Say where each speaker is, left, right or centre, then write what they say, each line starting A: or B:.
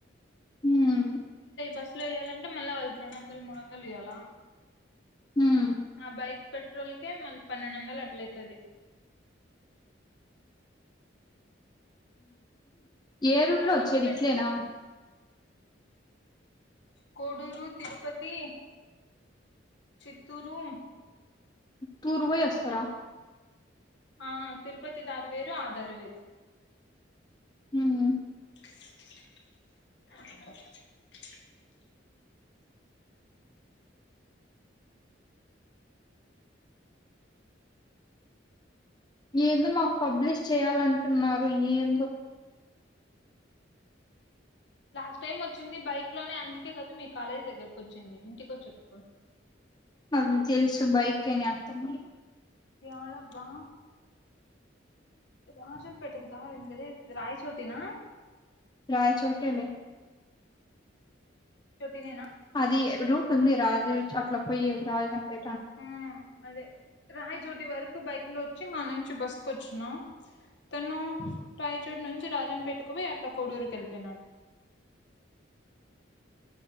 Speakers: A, on the left; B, on the left.
A: హ్మ్
B: బస్ ఇట్లు ఇయ్యాలంట మళ్ల వాళ్ళకి రెండు వందలు మూడు వందలుయ్యాలం
A: హ్మ్
B: ఆ బైక్ పెట్రోల్కే మళ్ళీ పన్నెండు వందలు అట్లైతది
A: ఏ రూట్
B: దానికి
A: లో వచ్చేది
B: పెట్టి
A: ఇట్లేనా
B: కోడూరు తిరుపతి చిత్తూరు
A: తూర్వై వస్తారా
B: అట్లా ఆ తిరుపతి దారి వేరు ఆద దారి వేరు
A: హ్మ్
B: అ
A: ఏదో మాక్ పబ్లిష్ చేయాలంటున్నారు ఏందో
B: లాస్ట్ టైమ్ వచ్చింది బైక్ లోనే అందుకే కదు మీ కాలేజ్ దగ్గరకు వచ్చింది ఇంటికి వచ్చేటప్పుడు
A: అవి తెలుసు బైక్ అని అర్థంమ
B: ఎడబ్బా రాజంపేటకి దారెందే ఇది రయచోటేన
A: రయచోటేలె
B: శ్యోతినేనా
A: అది రూట్ ఉంది రాజ అట్లా పోయే రాజాంపె
B: ఆ అదే రాయచోటి వర్క్ బైక్ లో వచ్చి అడ్నుంచి బస్కు వచ్చినా తను రాయచోటు నుంచి రాజం పెట్టుకుపోయి అట్లా కోడూరుకి వెళపోయినాడు